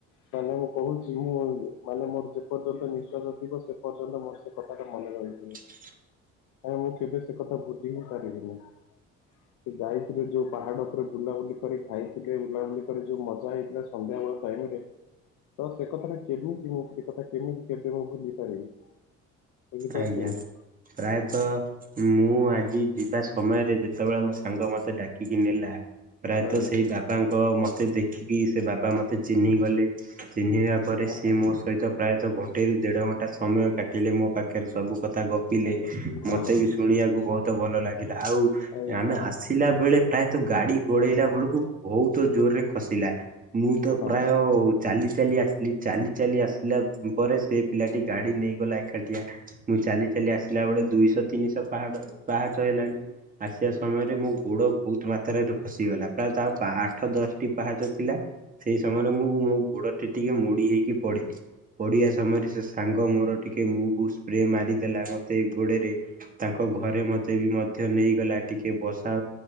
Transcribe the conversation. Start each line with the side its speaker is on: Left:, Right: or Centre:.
Left: ସାଙ୍ଗ ମୁଁ କହୁଚି ମୁଁ ମାନେ ମୋର ଯେପର୍ଯ୍ୟନ୍ତ ନିଃଶ୍ଵାସ ଥିବ ସେପର୍ଯ୍ୟନ୍ତ ମୋ ସେକଥାଟା ମନେ ରହିଥିବ।
Right: <inaudible>
Left: ହଁ ମୁଁ କେବେସେ କଥା ଭୁଲିହିଁ ପାରିବିନି। ସେ ଯାଇଥିଲେ ଯୋଉ ପାହାଡ଼ ଉପରେ ବୁଲାବୁଲି କରି ଖାଇଥିଲେ ବୁଲାବୁଲି କରି ଯୋଉ ମଜା ହେଇଥିଲା ସନ୍ଧ୍ୟାବେଳ ଟାଇମିରେ ତ ସେକଥାଟା କେମିତି ମୁଁ ସେକଥା କେମିତି କେବେ ମୁଁ ଭୁଲି ପାରିବି ବୁଝିପାରୁଛନ୍ତି?
Right: ଆଜ୍ଞା ପ୍ରାୟତଃ ମୁଁ ଆଜି ଯିବା ସମୟରେ ଯେତେବେଳେ ମୋ ସାଙ୍ଗ ମତେ ଡାକିକି ନେଲା ପ୍ରାୟତଃ
Left: ଆଜ୍ଞା
Right: ସେଇ ବାବାଙ୍କ ମତେ ଦେଖିକି ସେବାବା ମତେ ଚିହ୍ନି ଗଲେ ଚିହ୍ନିଆ
Left: ଅ
Right: ପରେ ସିଏ
Left: ହ
Right: ମୋସହିତ ପ୍ରାୟତଃ ଘଣ୍ଟେରୁ ଦେଢ଼ ଘଣ୍ଟା ସମୟ କାଟିଲେ ମୋ ପାଖରେ ସବୁ କଥା ଗପିଲେ
Left: ଆଜ୍ଞା
Right: ମତେବି
Left: ଆଜ୍ଞା
Right: ଶୁଣିବାକୁ ବହୁତ୍ ଭଲ ଲାଗେ ଲା ଆଉ
Left: ଆଜ୍ଞା
Right: ଆମେ ଆସିଲା ବେଳେ ପ୍ରାୟତଃ ଗାଡ଼ି ଗୋଡ଼େଇଲା ବେଳକୁ ବହୁତ୍ ଜୋରରେ ଖସିଲା ମୁଁ ତ
Left: ହଁ
Right: ପ୍ରାୟ ଚାଲି ଚାଲି ଆସିଲି ଚାଲି ଚାଲି ଆସିଲା ପରେ ସେପିଲାଟି ଗାଡ଼ି ନେଇଗଲା ଏକାଟିଆ ମୁଁ ଚାଲି ଚାଲି ଆସିଲା ବେଳେ ଦୁଇଶହ ତିନିଶହ ପାହାଡ଼ ପାହାଚ ହେଲାଣି ଆସସ ସମୟରେ ମୋଗୋଡ଼ ବହୁତ୍ ମାତ୍ରାରେ ଖସିଗଲା ପ୍ରାୟତଃ ଆଉ ଆଠ ଦଶଟି ପାହାଚ ଥିଲା ସେଇ ସମୟରେ ମୁଁ ମୋ ଗୋଡ଼ଟି ଟିକେ ମୋଡ଼ି ହେଇକି ପଢିଲି ପଢିବା ସମୟରେ ସେସାଙ୍ଗ ମୋର ଟିକେ ମୁଭ୍ ସ୍ରେମାରିଦେଲା ମତେ ଗୋଡ଼ରେ ତାଙ୍କ ଘରେ ମତେବି ମଧ୍ୟ ନେଇଗଲା ଟିକେ ବସା